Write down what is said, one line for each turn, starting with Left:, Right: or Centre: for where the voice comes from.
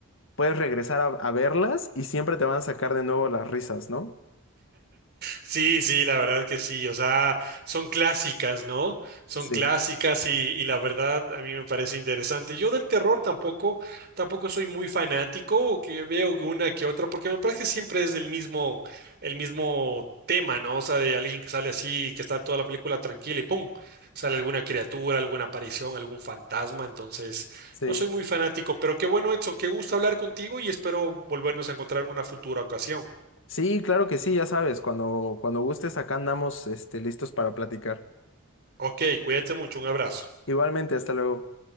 Left: puedes regresar a, a verlas y siempre te van a sacar de nuevo las risas, ¿no?
Right: Sí, sí, la verdad que sí, o sea, son clásicas, ¿no? Son
Left: Sí,
Right: clásicas y, y la verdad a mí me parece interesante. Yo del terror tampoco, tampoco soy muy fanático, o que veo una que otra, porque me parece que siempre es del mismo, el mismo tema, ¿no? O sea, de alguien que sale así, que está toda la película tranquila y ¡pum! sale alguna criatura, alguna aparición, algún fantasma, entonces
Left: sí.
Right: no soy muy fanático, pero qué bueno, Edson, qué gusto hablar contigo y espero volvernos a encontrar en una futura ocasión.
Left: Sí, claro que sí, ya sabes, cuando, cuando gustes, acá andamos, este, listos para platicar.
Right: Ok, cuídate mucho, un abrazo.
Left: Igualmente, hasta luego.